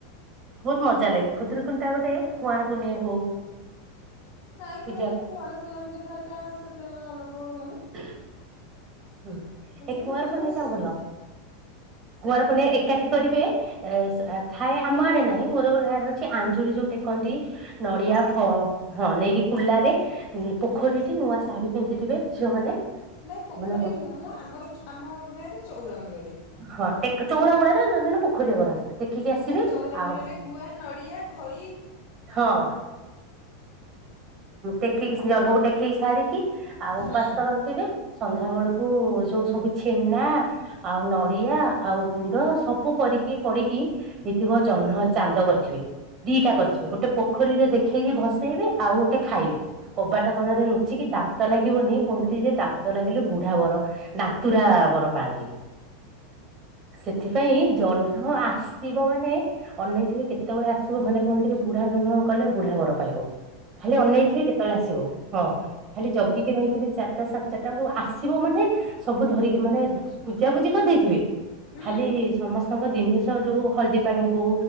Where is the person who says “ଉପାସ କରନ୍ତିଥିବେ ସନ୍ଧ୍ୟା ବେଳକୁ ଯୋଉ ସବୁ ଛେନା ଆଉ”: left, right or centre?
Right